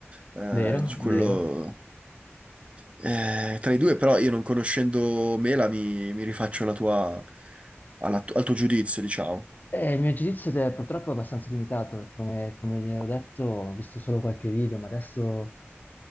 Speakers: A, on the right; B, on the left.
A: eh,
B: vero,
A: di quello
B: vero.
A: eh, tra i due, però io non conoscendo Mela mi, mi rifaccio alla tua- alla tu- al tuo giudizio, diciamo.
B: Eh, il mio giudizio è purtroppo abbastanza limitato, perché come, come vi ho detto, ho visto solo qualche video, ma adesso